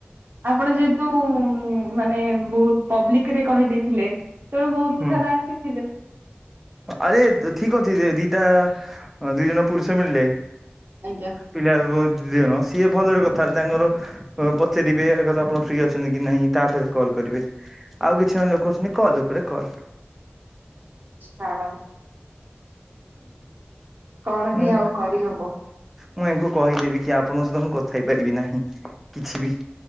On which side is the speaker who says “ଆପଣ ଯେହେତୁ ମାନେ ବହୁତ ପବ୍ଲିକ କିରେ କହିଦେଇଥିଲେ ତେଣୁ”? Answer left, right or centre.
Right